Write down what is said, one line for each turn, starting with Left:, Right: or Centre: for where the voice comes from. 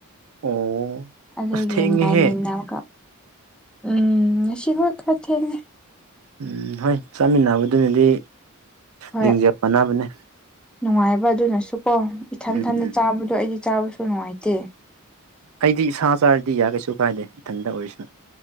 Right: ꯑꯣ
Centre: ꯑꯗꯨꯒꯤ
Right: ꯑꯁ ꯊꯦꯡꯉꯦꯍꯦ
Centre: ꯉꯥꯏꯃꯤꯟꯅꯔꯒ ꯎꯝ ꯉꯁꯤ ꯍꯣꯏ ꯈ ꯊꯦꯡ
Right: ꯎꯝ ꯍꯣꯏ ꯆꯠꯃꯤꯟꯅꯕꯗꯨꯅꯗꯤ
Centre: ꯍꯣꯏ
Right: ꯂꯤꯡꯖꯦꯜ ꯃꯅꯕꯅꯦ
Centre: ꯅꯨꯡꯉꯥꯏꯕ ꯑꯗꯨꯅꯁꯨ ꯀꯣ ꯏꯊꯟ
Right: ꯎꯝ
Centre: ꯊꯟꯗ ꯆꯥꯕꯗꯣ ꯑꯩꯗꯤ ꯆꯥꯕꯁꯨ ꯅꯨꯡꯉꯥꯏꯇꯦ
Right: ꯑꯩꯗꯤ ꯁꯥ ꯆꯥꯔꯁꯨ ꯌꯥꯢ ꯀꯩꯁꯨ ꯀꯥꯏꯗꯦ ꯏꯊꯟꯇ ꯑꯣꯏꯔꯁꯨ